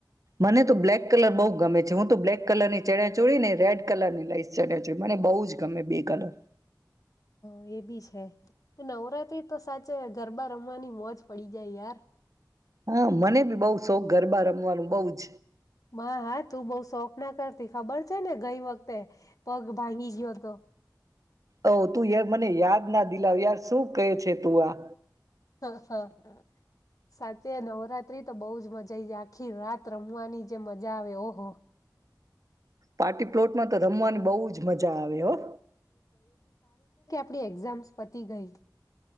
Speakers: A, on the right (about 50°); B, on the left (about 50°).
A: મને તો બ્લેક કલર બહુ ગમે હું તો બ્લેક કલર ની ચડ ચોડી ને રેડ કલર ની લાઈસ ચડ ચોડી મને બહુ જ ગમે બે કલર.
B: હ એ બી છે. નવરાત્રી તો સાચે ગરબા રમવાની મોજ પડી જાય યાર.
A: હા મને બી બઉુ શોખ ગરબા રમવાનું બહ જ.
B: હા તું બઉ શોખ ના કરતી ખબર છે ને ગઈ વખતે પગ ભાંગી ગયો હતો.
A: ઓ તું ય મને યાદ ના દિલાવ યાર શું કહે છે તું આ.
B: હા હા સાથેચ નવરાત્રી. તો બહ જ મજા આવી જાય આખી રાત રમવાની જે મજા આવે ઓહો.
A: પાર્ટી પ્લોટમાં તો રમવાની બહુ જ મજા આવે હો.
B: આપણી એક્ઝામ્સ પતી ગઈ.